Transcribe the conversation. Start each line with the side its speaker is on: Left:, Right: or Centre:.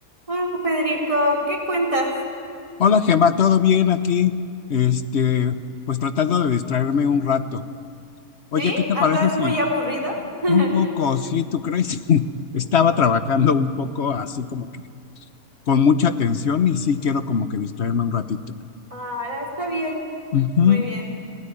Right: Hola, Federico, ¿qué cuentas?
Left: Hola Gemma, ¿todo bien aquí? Este, pues tratando de distraerme un rato. Oye,
Right: ¿Sí?
Left: ¿qué te
Right: ¿Andas
Left: parece si
Right: muy aburrido? <laughs>
Left: un poco, Sí, tú crees, <laughs> estaba trabajando un poco así como que con mucha atención y sí quiero como que distraerme un ratito.
Right: Ah, está bien,
Left: Ujú.
Right: muy bien.